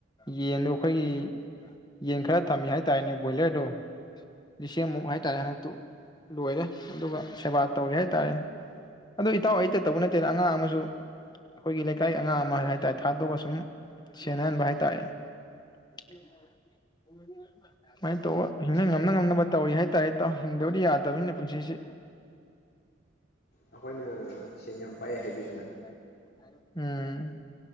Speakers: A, on the left (about 20°); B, on the left (about 55°).
A: ꯌꯦꯟꯗꯣ ꯑꯩꯈꯣꯌꯒꯤ ꯌꯦꯟ ꯈꯔꯥ ꯊꯝꯃꯤ ꯍꯥꯏꯇꯥꯔꯦ ꯕꯣꯏꯂꯔꯗꯣ ꯂꯤꯁꯤꯡꯃꯨꯛ ꯍꯥꯏꯇꯔꯦꯅꯦ ꯂꯣꯏꯔꯦ ꯑꯗꯨꯒꯥ ꯁꯦꯕꯥ ꯇꯧꯔꯤ ꯍꯥꯏꯇꯥꯔꯦ ꯑꯗꯣ ꯏꯇꯥꯎ ꯑꯩꯗ ꯇꯧꯕꯥ ꯅꯠꯇꯦ ꯑꯉꯥꯪ ꯑꯃꯖꯨ ꯑꯩꯈꯣꯌꯒꯤ ꯂꯩꯀꯥꯏꯒꯤ ꯑꯉꯥꯪ ꯑꯃꯥꯒꯥ ꯍꯥꯏꯇꯥꯔꯦ ꯊꯗꯣꯛꯑꯥꯒꯥ ꯁꯨꯝ ꯁꯦꯟꯅꯍꯟꯕ ꯍꯥꯏ ꯇꯥꯔꯦ ꯑꯗꯨꯝꯃꯥꯏ ꯇꯧ ꯑꯏ ꯉꯝꯅ
B: ꯍꯦꯛ
A: ꯉꯝꯅꯕꯥ ꯇꯧꯔꯤ ꯍꯥꯏ ꯇꯥꯔꯦ ꯏꯇꯥꯎ ꯍꯤꯡꯗꯕꯗꯤ ꯌꯥꯗꯕꯅꯤꯅꯥ ꯄꯨꯟꯁꯤꯁꯦ
B: ꯑꯩꯈꯣꯏꯅꯥ ꯆꯦꯟꯌꯝ <unintelligible>
A: <inaudible> ꯎꯝ